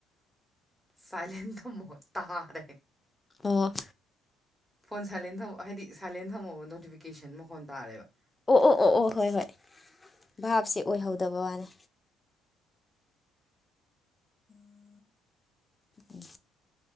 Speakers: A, in the centre; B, on the left.
A: ꯁꯥꯏꯂꯦꯟ ꯊꯝꯃꯣ ꯇꯥꯔꯦ꯫
B: ꯑꯣ꯫
A: ꯐꯣꯟ ꯁꯥꯏꯂꯦꯟ ꯊꯝ ꯍꯥꯏꯗꯤ ꯁꯥꯏꯂꯦꯟ ꯊꯝꯃꯣꯕ ꯅꯣꯇꯤꯐꯤꯀꯦꯁꯟ ꯃꯈꯣꯟ ꯇꯥꯔꯦꯕ꯫
B: ꯑꯣ ꯑꯣ ꯑꯣ ꯑꯣ ꯍꯣꯏ ꯍꯣꯏ ꯚꯥꯞꯁꯦ ꯑꯣꯏꯍꯧꯗꯕ ꯋꯥꯅꯦ꯫ ꯎꯝ꯫